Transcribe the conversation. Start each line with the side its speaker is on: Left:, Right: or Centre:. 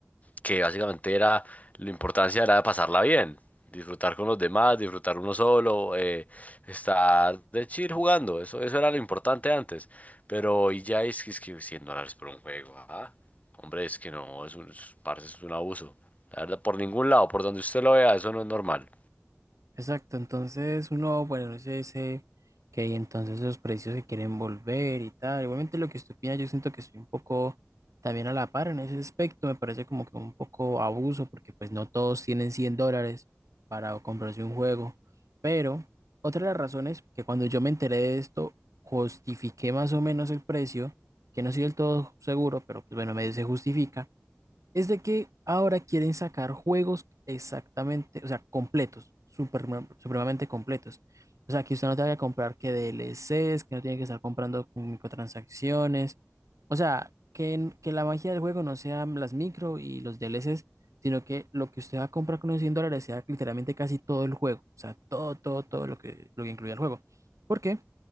Left: que básicamente era, la importancia era pasarla bien. Disfrutar con los demás, disfrutar uno solo, eh, estar de chill jugando. Eso, eso era lo importante antes. Pero hoy ya es que, es que 100 dólares por un juego. ah, Hombre, es que no, es un, es- parce, es un abuso. La verdad, por ningún lado, por donde usted lo vea, eso no es normal.
Right: Exacto, entonces uno, bueno, no sé, dice que entonces los precios se quieren volver y tal. Igualmente lo que usted opina, yo siento que estoy un poco también a la par en ese aspecto, me parece como que un poco abuso, porque pues no todos tienen 100 dólares para comprarse un juego. Pero otra de las razones que cuando yo me enteré de esto, justifiqué más o menos el precio, que no soy del todo seguro, pero pues bueno, me se justifica es de que ahora quieren sacar juegos exactamente, o sea, completos, super, supremamente completos. O sea, que usted no tenga que comprar que DLCs, que no tiene que estar comprando con microtransacciones. O sea, que, en- que la magia del juego no sean las micro y los DLCs, sino que lo que usted va a comprar con los 100 dólares sea literalmente casi todo el juego. O sea, todo, todo, todo lo que, lo que incluye el juego. ¿Por qué?